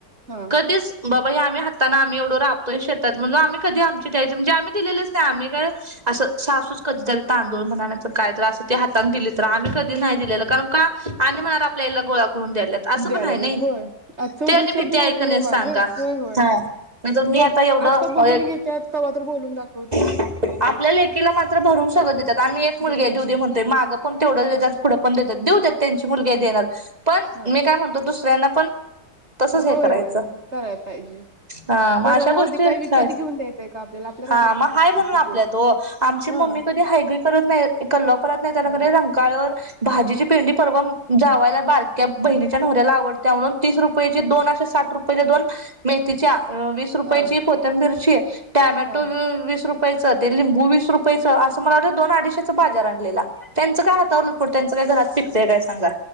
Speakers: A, on the right; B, on the right.
A: हा
B: कधीच? बाबा हे आम्ही हातान आम्ही एवढ राबतोय शेतात म्हणून आम्ही कधी आमची दयायची म्हणजे आम्ही दिले नाही आम् काय असं सासूस कधी जर तांदूळ म्हणा काय तर असं ते हातने दिलीत रा आम्ही कधी नाही दिलेलं कारण का आणि म्हणार आपल्याला आईला गोळा करून द्यायलात असं
A: द्याय
B: पण
A: लागल्यात
B: आहे ना
A: होय आजचा उद्या
B: ते आणि
A: शब्द
B: भीती हाय
A: राहतोय
B: का नाही
A: ओ
B: सांगा
A: मागं होय होय
B: नाहींतर मी
A: बघ
B: आता एवढं
A: बघून
B: हाय
A: घेत्यात कवा तर बोलून दाखवत्यात
B: <inaudible> आपल्या लेकीला मात्र भरून सगळ देतात आम्ही एक मुलगी
A: देत्यात
B: आहे देऊ दे म्हणतोय मागं पण तेवढंच देतात
A: हा
B: पुढं पण देत्यात देऊद्यात त्यांची मुलगी हाय देणार, पण
A: हा
B: मी काय म्हणतो दुसऱ्यांना पण तसंच
A: होय,
B: हे करायचं
A: होय करायला पाहिजे.
B: हा मग
A: बरं
B: अशा
A: राहु
B: गोष्टी
A: दे काही
B: आहेत.
A: विकत घेऊन द्यायचंय का आपल्याला आपल्या
B: हा
A: रानातच
B: मग
A: पिकतंय
B: हाय म्हणून
A: कि
B: आपल्यात
A: ते.
B: ओ, आमची
A: हा
B: मम्मी कधी हायगई करत नाही. कोल्हापुरातन येताना
A: हा
B: की नई रंकाळा भाजीची पेंडी परवा जावायला बारक्या बहिणीच्या नवऱ्याला आवडत्या म्हणून तीस रुपयेची
A: हा
B: दोन अशी साठ रुपयच्या दोन मेथीच्या अं वीस रुपयाची
A: हा
B: कोथंबीरची, टोमॅटो
A: हा
B: वीस रुपयच ते लिंबू वीस रुपयाचं असं मला वाटतं दोन अडीशेच बाजार आणलेला. त्यांचं काय हातावरलं पोट त्यांचं काय घरात पिकतय काय सांगा?